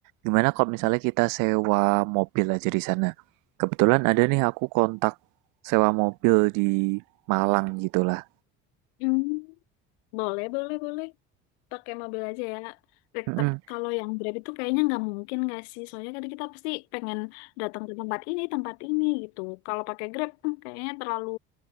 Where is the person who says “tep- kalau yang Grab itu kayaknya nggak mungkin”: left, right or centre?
Left